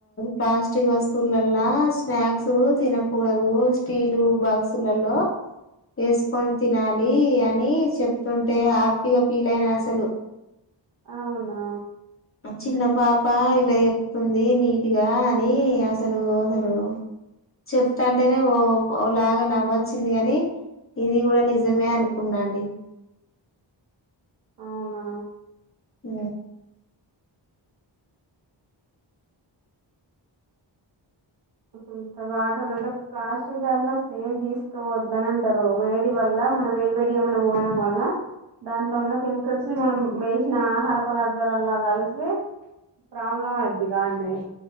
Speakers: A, on the left; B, on the right.
A: ప్లాస్టిక్ వస్ సుల్లల్లా స్నాక్సు తిన కూూడదు స్టీలు బాక్సులలో వేసుకొని తినాలి అని చెప్తుంటే హ్యాపీగా ఫీల్ అయినా అసలు
B: అవునా
A: చిన్న పాప ఇలా చెప్తుంది నీటుగా అని అసలు అసలు చెప్తాంటేనే ఓ ఓలాగా నవ్వొచ్చింది గాని ఇది కూడా నిజమే అనుకున్నాండి
B: అవునా
A: ఊ
B: ఇప్పుడు ఇంత వాటర్ అంటే ప్లాస్టిక్ దాంట్లో అసలు ఏం తీసుకోవద్దని అంటారు వేడి వల్ల మనం వేడి వేడి ఏమన్నా పోయడం వల్ల దాంట్లో ఉన్న కెమికల్స్ మనం వేసిన ఆహార పదార్థాలల్లో కలిసి ప్రాబ్లం అవుద్ది కాండి